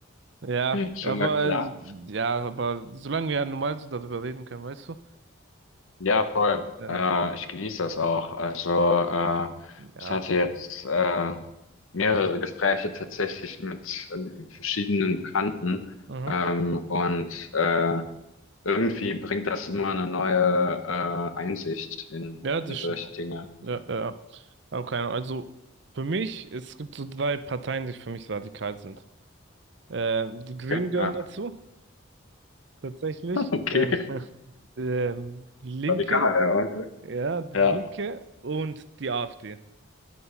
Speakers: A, on the right (about 55°); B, on the left (about 80°).
A: Ja,
B: Schon
A: aber
B: mal klar.
A: ja, aber solange wir ja normal so darüber reden können, weißt du?
B: Ja, voll.
A: Ja,
B: Äh, ich genieße das auch. Also, äh,
A: ja,
B: ich hatte jetzt äh, mehrere Gespräche tatsächlich mit, äh, verschiedenen Bekannten.
A: mhm.
B: Ähm, und äh, irgendwie bringt das immer eine neue äh, Einsicht in,
A: Ja, das
B: in solche
A: stimmt auch.
B: Dinge. Also,
A: Ja, ja. ja. Aber keine Ahnung. Also für mich, es gibt so drei Parteien, die für mich radikal sind. Ähm, die Grünen
B: Ja,
A: gehören
B: ja,
A: dazu, tatsächlich.
B: <laughs> okay.
A: Äh, <laughs> ähm, die Linke,
B: Radikal, ja. Okay.
A: ja, die
B: Ja,
A: Linke und die AfD.